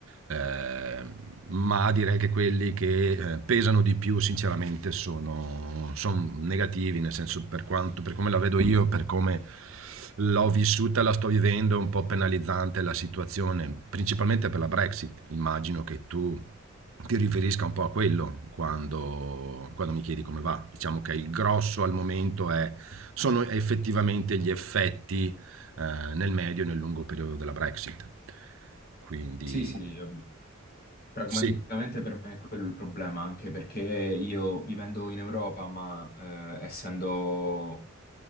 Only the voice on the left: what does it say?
Sì, sì, ovvio. Pragmaticamente
per me è quello il problema, anche perché io vivendo in Europa, ma eh, essendo